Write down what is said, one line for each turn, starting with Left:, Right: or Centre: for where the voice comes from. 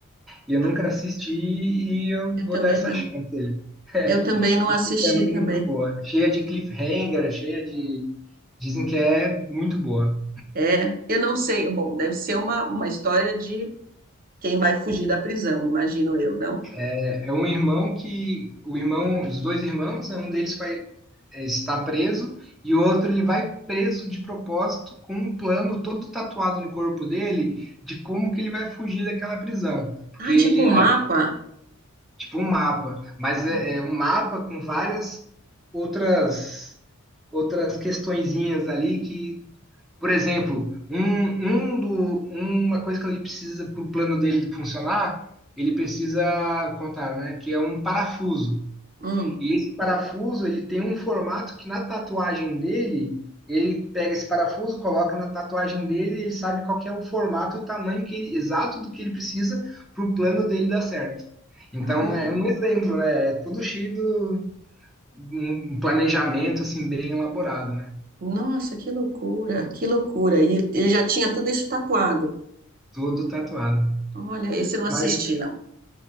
Centre: E eu nunca
Right: Ah,
Centre: assisti e eu
Right: eu
Centre: vou
Right: também
Centre: dar essa
Right: não.
Centre: chance aí. <laughs> É,
Right: Eu também não
Centre: isso
Right: assisti
Centre: é muito
Right: também.
Centre: boa. Cheia de cliffhanger, cheia de. Dizem que é muito boa.
Right: É, eu não sei. Bom, deve ser uma, uma história de quem vai fugir da prisão, imagino eu, não?
Centre: É é um irmão que. O irmão, os dois irmãos, é um deles vai é, está preso e o outro ele vai preso de propósito com um plano todo tatuado no corpo dele de como que ele vai fugir daquela prisão. Porque
Right: Ah,
Centre: ele
Right: tipo um
Centre: é
Right: mapa.
Centre: tipo um mapa, mas é,
Right: Olha.
Centre: é um mapa com várias outras outras questõezinhas ali que, por exemplo, um, um do, uma coisa que ele precisa para o plano dele funcionar, ele precisa contar, né? Que é um parafuso.
Right: Hum,
Centre: E esse parafuso ele tem um formato que na tatuagem dele ele pega esse parafuso, coloca na tatuagem dele, e ele sabe qual que é o formato, o tamanho que ele, exato do que ele precisa para o plano dele dar certo.
Right: caramba.
Centre: Então é um exemplo, né? É todo cheio de um um planejamento assim bem elaborado, né?
Right: Nossa, que loucura, que loucura. E ele já tinha tudo isso tatuado.
Centre: Tudo tatuado.
Right: Olha, esse eu não
Centre: Mas,
Right: assisti, não.